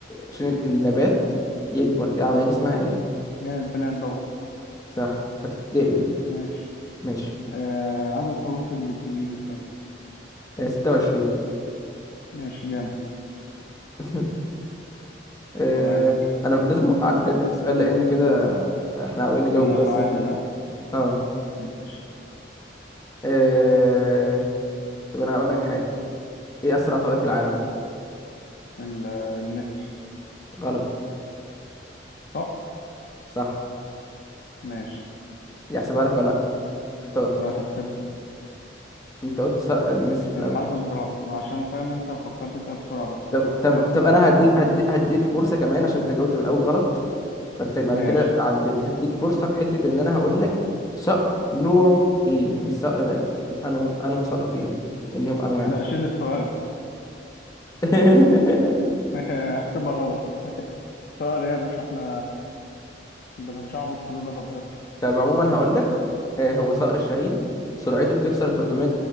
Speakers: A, on the left; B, on the left.
A: عشان النبات يكبر العملية دي اسمها ايه؟
B: ايه البناء الضوئي
A: صح بتاعت ابتدائي دي
B: ماشي
A: ماشي
B: آه عدد حروف الإنجليزي كام
A: آه، 26
B: ماشي جامد
A: <laughs> آه،
B: سؤالك
A: انا لازم اوقعك بجد في السؤال لان كده احنا عاوزين نجاوب
B: أنا أتعادل
A: بس
B: ها؟
A: اه
B: ماشي
A: آه، طب انا هقول لك حاجة ايه اسرع طائر في العالم؟
B: ال- النسر
A: غلط
B: صقر
A: صح
B: ماشي
A: دي احسبها لك ولا لا؟ اختار
B: لا تحسب
A: انت قلت ص- النسر في
B: تتحسب
A: الاول
B: بصراحة ما عشان فاهم انت فكرت فيها بسرعة بس كنت
A: طب
B: محتاج
A: طب
B: افكر
A: طب انا
B: اكتر
A: هديك
B: شوية
A: هدي- هديك فرصة كمان عشان انت جاوبت في الاول غلط بس بعد
B: ماشي
A: كده عدلت هديك فرصة في حتة ان انا هقول لك صقر نوعه ايه يعني الصقر ده انه انه صقر فيهم لانهم انواع
B: لا شيل السؤال
A: <laughs>
B: <laughs> احسبها غلط طائر ايه يا باشا احنا بنتشعبط في رضا ربنا
A: طب عموما هقول لك آه، هو صقر الشاهين سرعته بتكسر 300